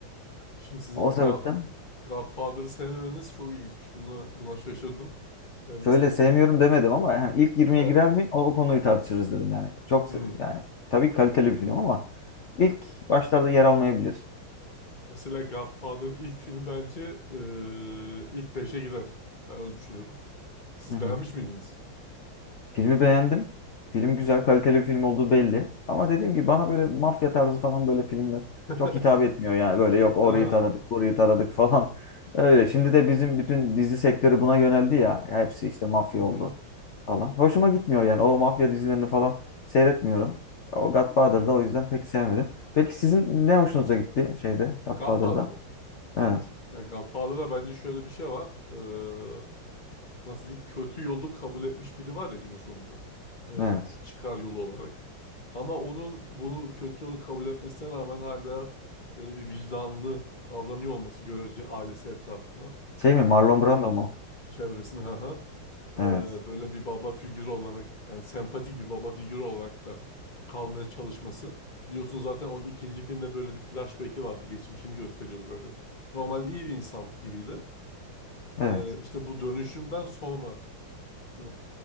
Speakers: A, on the left; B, on the left.
A: Şimdi sizin
B: O sebepten
A: Gra- Godfather'ı sevmemeniz çok ilginçmiş. Bunu, buna şaşırdım. Ee, mesela
B: şöyle sevmiyorum demedim ama yani ilk 20'ye
A: <laughs>
B: girer mi o, o konuyu tartışırız dedim yani. Çok
A: hmm.
B: se- yani tabii kaliteli bir film ama ilk başlarda yer almayabilir.
A: Mesela Godfather'ın ilk filmi bence ee, ilk beşe girer. Ben öyle düşünüyorum. Siz
B: Hı hı.
A: beğenmiş miydiniz?
B: Filmi beğendim. Film güzel, kaliteli bir film olduğu belli. Ama dediğim gibi bana böyle mafya tarzı falan böyle filmler
A: <laughs>
B: çok hitap etmiyor yani. Böyle yok orayı
A: Ha.
B: taradık, burayı taradık falan. <laughs> Öyle. Şimdi de bizim bütün dizi sektörü buna yöneldi ya. Hepsi işte mafya
A: Hı hı.
B: oldu falan. Hoşuma gitmiyor yani. O mafya dizilerini falan seyretmiyorum. O Godfather'da o yüzden pek sevmedim. Peki sizin ne hoşunuza gitti şeyde Godfather'da?
A: Godfather'ı.
B: Evet.
A: Ya Godfather'da bence şöyle bir şey var. Ee, nasıl diyeyim? Kötü yolu kabul etmiş biri var ya günün sonunda. Ee,
B: Evet.
A: çıkar yolu olarak. Ama onun bunu kötü yolu kabul etmesine rağmen hala böyle bir vicdanlı davranıyor olması görece ailesi etrafına.
B: Şey mi Marlon Brando mu?
A: çevresinde ha ha. Ee,
B: Evet.
A: böyle bir baba figürü olarak yani sempatik bir baba figürü olarak da kalmaya çalışması. Biliyorsun zaten onun ikinci filmde böyle bir flashback'i vardı. Geçmişini gösteriyordu böyle. Normalde iyi bir insan gibiydi.
B: Evet.
A: Ee, işte bu dönüşümden sonra e,